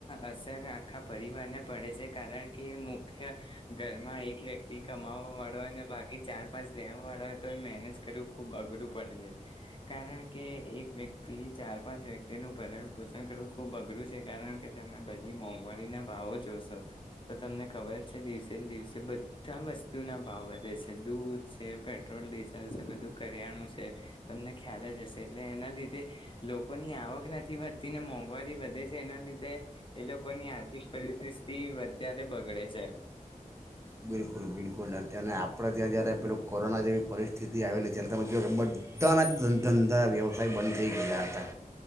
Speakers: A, on the left (about 35°); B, on the right (about 20°).
A: અસર આખા પરિવારને પડે છે કારણ કે મુખ્ય ઘરમાં એક વ્યક્તિ કમાવવા વાળો હોયને બાકી ચાર પાંચ દેવા વાળો હોય તો મનજ કરું ખૂબ અઘરું પડે છે કારણ કે એક વ્યક્તિ ચાર પાંચ વ્યક્તિનુંું ભરણ પોષણ કરવું ખૂબ અઘરું છે કારણ કે તમે બધી મોંઘવારીના ભાવો જોશો તો તમને ખબર છે દિવસે ને દિવસે બધા વસ્તુના ભાવ વધે છે દૂધ છે પેટ્રોલ ડીઝલ છે. બું કર્યાણું છે તમને ખ્યાલ જ હશે એટલે એના લીધે લોકોની આવક નથી વધતી ને મોંઘવારી વધે છે એના લીધે એ લોકોની આર્થિક પરિસ્થિતિ વધારે બગડે છે.
B: બિલકુલ બિલકુલ નથી અને આપણે ત્યાં જ્યારે પેલું કોરોના જેવી પરિસ્થિતિ આવેલી ત્યારે તમે જો કે બધાના ધંધા વ્યવસાય બંધ થઈ ગયેલા હતા